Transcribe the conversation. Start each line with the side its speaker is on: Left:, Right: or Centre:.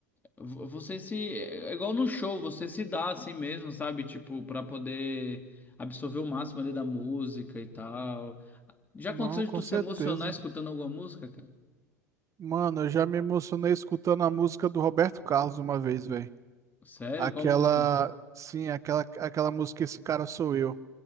Left: vo- você se é igual no show, você se dá assim mesmo, sabe? Tipo, pra poder absorver o máximo ali da música e tal. Já
Right: não,
Left: aconteceu
Right: com
Left: de tu se
Right: certeza.
Left: emocionar escutando alguma música, cara?
Right: Mano, eu já me emocionei escutando a música do Roberto Carlos uma vez, velho.
Left: Sério?
Right: Aquela,
Left: Qual música?
Right: sim, aquela, aquela música Esse Cara Sou Eu.